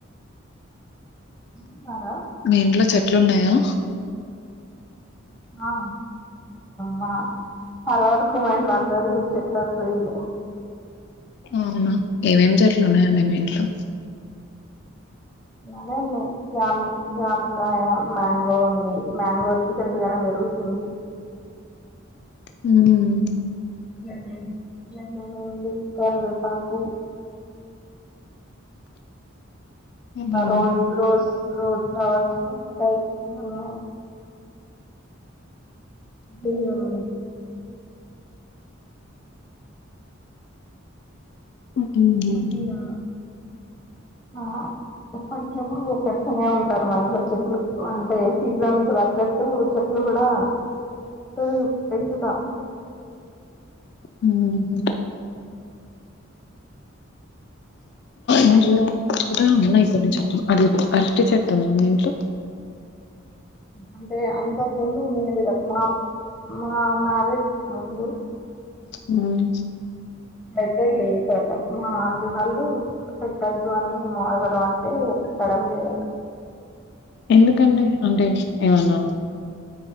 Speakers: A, on the left; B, on the left.
A: న్నారా
B: మీ ఇంట్లో చేట్ ట్లున్నాయా
A: మా మా చాలా వరకు మా ఇంట్లో అందరూ చెట్ల ప్రియులే
B: అవునా ఏవేం చెట్లు ఉన్నాయండి మీ ఇంట్లో
A: అదేండి జామ్ జామకాయ మాంగో ఉంది మాంగో రీసెంట్ గానే పెరుగుతుంది
B: హుమ్
A: హు హుమ్ మేమూ ఇది కరివేపాకు
B: హుహు.
A: ఆ రోజ్ రోస్ రోజ్ కవర్స్ ఉంటయ్ ఆ తియాల
B: అవ్ కిందనా
A: పుదీనా ఆ ఎప్పటికపుడు పెడుతూనే ఉంటారు మా ఇంట్లో చెట్లు అంటే సీజన్ తగ్గట్టు చెట్లు గుడా సరిగా పెంచుతా
B: హుమ్ ఇంట్లో కూడా ఉన్నాయి కొన్ని చెట్లు అది అరటి చెట్టు ఉందా మీఇంట్లో
A: అంటే అంతకు ముందు ఉండేది అప్ మా మా మ్యారేజ్ కు ముందు
B: మ్మ్
A: అయితేలే మా ఆంటి వాళ్ళు పెట్టొద్దు అని మా ఎవరో అంటే పెట్టడం లేదట
B: ఎందుకండి అంటే ఏమన్నా